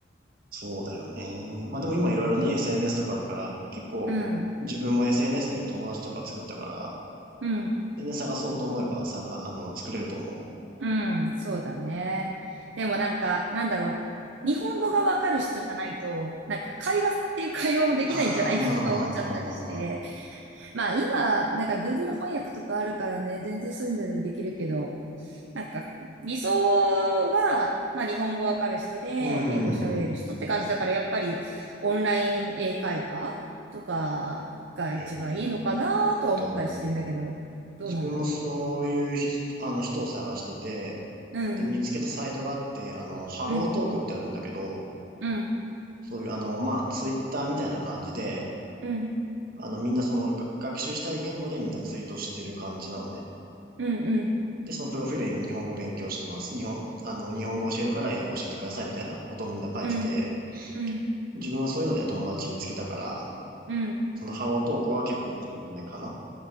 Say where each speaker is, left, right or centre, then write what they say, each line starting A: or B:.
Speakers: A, on the right; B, on the right.
A: そうだよね。まあでも今いろいろね、SNS とかあるから、結構自分も
B: うん、
A: SNS で友達とか作ったから、
B: うん。
A: 全然探そうと思えば、さがあの、作れると思う。
B: うん、そうだね。でもなんか、なんだろう。日本語がわかる人じゃないと、なんか会話っていう会話もできないんじゃないかとか思っちゃったりして。
A: あー、まあまあまあまあまあ。
B: まあ今、なんか Google 翻訳とかあるからね、全然そういうのでもできるけど、なんか理想は、まあ日本語わかる人で英語喋れる人って感じだから、
A: うーん。
B: やっぱりオンライン英会話とかが一番いいのかなとは思ったりしてんだけど、
A: えーっとね、
B: どうなんだろ
A: 自分もそういう人、あの、人を探してて、
B: う。うん、
A: で、見つけたサイトがあって、あの、ハロートークってあるんだけど、
B: うん、うん、
A: そういう、あの、まあ、ツイッターみたいな感じで、
B: うん。
A: あの、みんなその、が学習したい言語でみんなツイートしてる感じなのね。
B: うんうん
A: で、そのプロフィールに日本語勉強してます。日本、あの、日本語教えるから英語教えてくださいみたいなことをみんな書いてて、
B: うんうん
A: 自分はそういうので友達見つけたから、
B: うん
A: そのハロートークは結構おすすめかな。